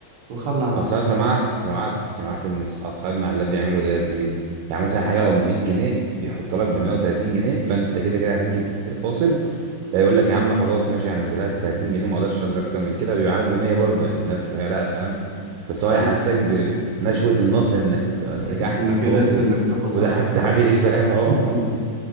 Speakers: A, on the right; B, on the right.
A: وخلى على
B: اصل
A: نفسك
B: انا سمعت سمعت سمعت ان أص- اصحاب المحلات بيعملوا ايه يا زميلي يعني مثلا حاجه لو 100 جنيه بيحط لك ب 130 جنيه فانت كده كده هتيجي تفاصل فيقول لك يا عم خلاص ماشي هنزلها لك 30 جنيه وما اقدرش انزل اكتر من كده ويبيعها لك ب 100 برضه يعني بنفس سعرها فاهم بس هو يحسسك
A: ايوه
B: بنشوه النصر انك نجحت
A: <laughs> انك
B: تفاصل
A: قدرت انك تفصل
B: وضحكت
A: عليه
B: <laughs> عليه فاهم اهو
A: <laughs>
B: <laughs>